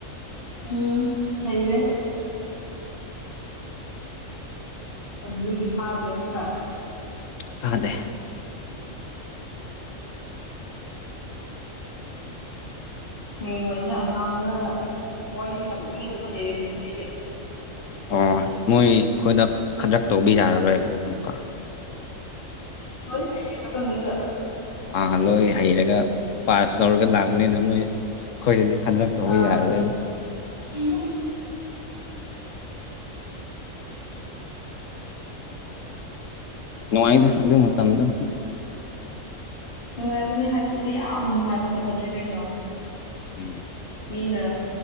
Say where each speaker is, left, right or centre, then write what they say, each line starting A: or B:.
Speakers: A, on the left; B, on the left.
A: ꯎꯝ ꯍꯩꯔꯦ ꯑꯗꯨꯗꯒꯤ ꯐꯥꯗ꯭ꯔꯦ ꯑꯃꯨꯛꯀ
B: ꯐꯥꯗꯦ
A: ꯍꯌꯦꯡ ꯋꯥꯏ ꯅꯣꯏ ꯑꯉꯥꯡꯗ ꯋꯥꯔꯤ ꯌꯥꯝ ꯂꯤꯒꯗꯕ ꯂꯩꯔꯦ ꯑꯗꯨꯗꯤ ꯅꯣꯏꯗꯤ
B: ꯑꯣ ꯃꯣꯏ ꯈꯣꯏꯗ ꯈꯗ꯭ꯔꯛ ꯇꯧꯒꯦ ꯌꯥꯔꯔꯣꯏ ꯑꯃꯨꯛꯀꯥ
A: ꯂꯣꯏ ꯍꯩꯌꯦꯕꯀꯣ ꯅꯣꯏꯁꯨ
B: ꯑꯥ ꯂꯣꯏ ꯍꯩꯔꯒ ꯄꯥꯁ ꯇꯧꯔꯒ ꯂꯥꯛꯄꯅꯤꯅ ꯃꯣꯏ ꯈꯣꯏꯗꯗꯤ ꯈꯗ꯭ꯔꯛ
A: ꯑꯥ
B: ꯇꯧꯕ ꯌꯥꯔꯔꯣꯏꯕ
A: <unintelligible>
B: ꯅꯨꯡꯉꯥꯏꯗ ꯑꯗꯨ ꯃꯇꯝꯗꯣ
A: ꯅꯨꯡꯉꯥꯏꯕꯅꯦ ꯍꯥꯏ ꯁ꯭ꯀꯨꯜꯗꯤ ꯌꯥꯝ ꯅꯨꯡꯉꯥꯏꯕ ꯃꯇꯝꯅꯦ ꯀꯩꯅꯣ
B: ꯎꯝ
A: ꯃꯤꯅ